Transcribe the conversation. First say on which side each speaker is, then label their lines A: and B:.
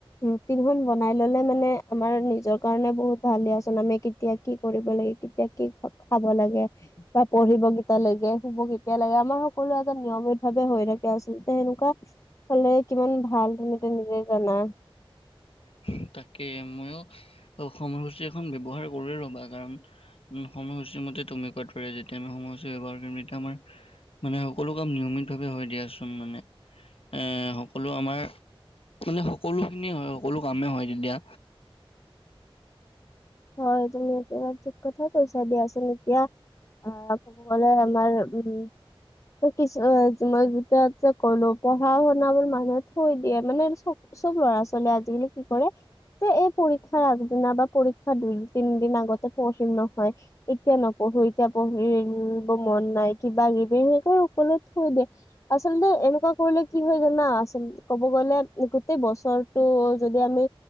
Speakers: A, on the left; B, on the left.
A: ৰুটিন খন বনাই ললে মানে আমাৰ নিজৰ। কাৰণে বহুত ভালে আচোন আমি কেতিয়া কি কৰিব লাগে কেতিয়া কি খাব লাগে।
B: উম উমহ।
A: বা পঢ়িব কেতিয়া লাগে শুব কেতিয়া লাগে আমাৰ সকলো এটা নিয়মিত ভাৱে হৈ থাকে আচলতে সেনেকুৱা। উস্ উহু হলে কিমান ভাল তুমিতো নিজেই জানা।
B: হুম উ তাকে মইয়ো উস্ উ উ সময়সূচী এখন ব্যৱহাৰ কৰি লবা কাৰণ উম সময়সূচী মতে তুমি কোৱাৰ দৰে যেতিয়া আমি সময়সূচী ব্যৱহাৰ কৰিম তেতিয়া আমাৰ ইহ ই ই মানে সকলো কাম নিয়মিত ভাৱে হৈ দিয়াচোন মানে। এ সকলো আমাৰ মানে সকলো খিনিয়ে হয় সকলো কামেই হয় তেতিয়া
A: হয় তুমি একেবাৰে ঠিক কথা কৈছা দিয়াচোন এতিয়া আহ কব গলে আমাৰ উম উ। এই কিছু মই যেতিয়া ইচ্ছা কৰিলো পঢ়া শুনা বোৰ মানুহে থৈ দিয়ে মানে আৰু চকু চব ল'ৰা-ছোৱালীয়ে আজিকালি কি কৰে যে এই পৰীক্ষাৰ আগদিনা বা পৰী দুই-তিনিদিন আগতে পঢ়িম নহয়। এতিয়া নপঢ়ো এতিয়া পঢ়িব মন নাই কিবা কিবি এই অকলে থৈ দিয়ে আচলতে এনেকুৱা ক'বলে কি হয় জানা আচলতে ক'ব গ'লে গোটেই বছৰ হলটো যদি আমি